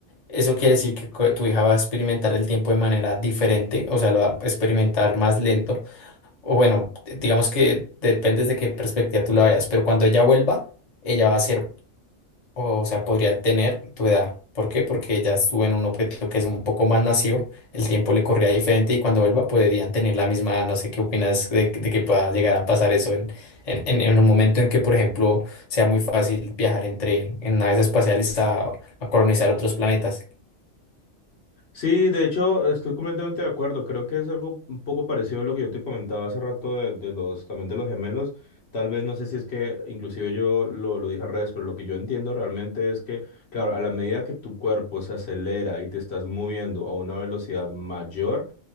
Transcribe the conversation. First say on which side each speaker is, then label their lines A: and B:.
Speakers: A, on the left; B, on the left.
A: Eso quiere decir que co- tu hija va a experimentar el tiempo de manera diferente, o sea, lo va a experimentar más lento. O bueno, digamos que depende de qué perspectiva tú la veas, pero cuando ella vuelva, ella va a ser o sea, podría tener tu edad. ¿Por qué? Porque ya estuvo en un objeto que es un poco más masivo, el tiempo le corría diferente y cuando vuelva podrían tener la misma, edad. no sé qué opinas de, de que pueda llegar a pasar eso en, en, en- en un momento en que, por ejemplo, sea muy fácil viajar entre en naves espaciales a, a colonizar otros planetas.
B: Sí, de hecho, estoy completamente de acuerdo. Creo que es algo un poco parecido a lo que yo te comentaba hace rato de, de los, también de los gemelos. Tal vez, no sé si es que inclusive yo lo, lo dije al revés, pero lo que yo entiendo realmente es que, claro, a la medida que tu cuerpo se acelera y te estás moviendo a una velocidad mayor,